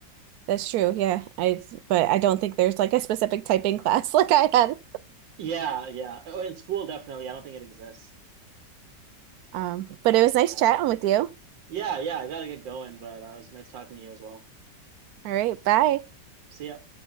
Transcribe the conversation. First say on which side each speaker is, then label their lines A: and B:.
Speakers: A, on the right; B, on the right.
A: That's true. Yeah. I, but I don't think there's like a specific typing class <laughs> like I had.
B: Yeah, yeah. Oh, in school definitely. I don't think it exists.
A: Um, but it was nice
B: Yeah.
A: chatting with you.
B: Yeah, yeah. I gotta get going, but uh, it was nice talking to you as well.
A: All right. Bye.
B: See ya.